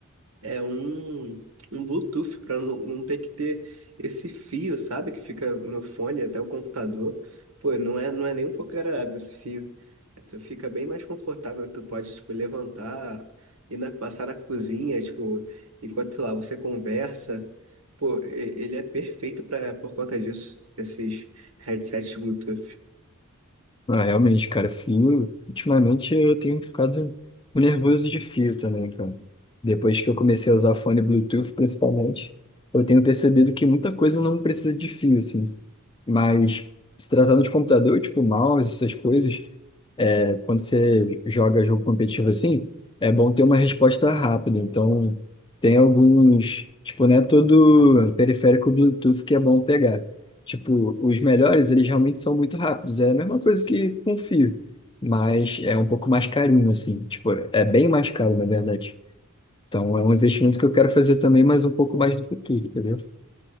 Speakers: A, on the right; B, on the left.
A: É um, um Bluetooth para não, não ter que ter esse fio, sabe? Que fica no fone até o computador. Pô, não é, não é nem um pouco agradável esse fio. Tu fica bem mais confortável, tu pode, tipo, levantar, ir na, passar na cozinha, tipo, enquanto, sei lá, você conversa. Pô, e- ele é perfeito pra, por conta disso, esses headsets Bluetooth.
B: ah, realmente, cara, fio. Ultimamente eu tenho ficado nervoso de fio também, cara. Depois que eu comecei a usar fone Bluetooth, principalmente, eu tenho percebido que muita coisa não precisa de fio, assim. Mas se tratando de computador, tipo mouse, essas coisas. Quando você joga jogo competitivo assim, é bom ter uma resposta rápida. Então, tem alguns, tipo, não é todo periférico Bluetooth que é bom pegar. Tipo, os melhores, eles realmente são muito rápidos. É a mesma coisa que com fio, mas é um pouco mais carinho, assim. Tipo, é bem mais caro, na verdade. Então, é um investimento que eu quero fazer também, mas um pouco mais no futuro, entendeu?